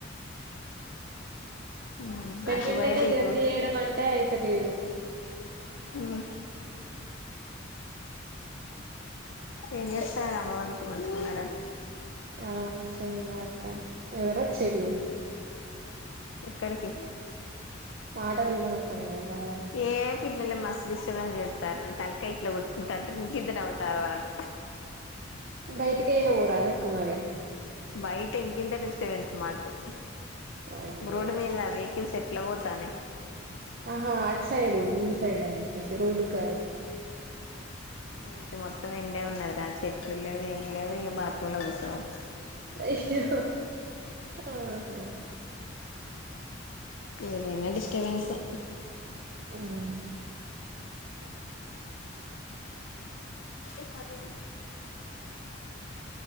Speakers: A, on the left; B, on the right.
A: ఉమ్
B: వెంట
A: అటు
B: వెంటనే
A: పోయిర్రు
B: జర్నీ
A: ఇటు
B: చేయడం అంటే అయితలేదు
A: ఉమ్ ఏం చేస్తాన్నారు అమ్మ వాళ్ళంట్లో మంచిగున్నారా
B: ఆ మంచిగా ఉన్నారక్క ఎవరచ్చిళ్ళు
A: ఇక్కడకి
B: మాటలు వినపడతనాయా బావనే
A: ఏ పిల్లలు మస్ డిస్టర్బెన్స్ చేత్తారు తలకాయ్ ఇట్లా కొట్టుకుంటాంటే ఇంకిద్దరు నవ్వుతారు వాళ్ళు
B: బయటికైనా పోరాదక్క మరి
A: బయట ఇంకిింత డిస్టర్బెన్స్ మాకు
B: అయ్యో
A: రోడ్ మీద వెహికల్ సెట్ ట్ల పోతానే
B: ఆహా అట్ సైడు ముందు సైడ్ అని చెప్పేసి రోడ్డుకు కాదు
A: ఇగ ఇటు మొత్తం ఎండే ఉన్నది రా చెట్లు లేదు ఏం లేదు ఇగ బాత్రూమ్ లో కూర్సోవాలి
B: అయ్యో ఆహా
A: ఏదనా డిస్టర్బెన్సే
B: ఉమ్
A: చ్చద <inaudible>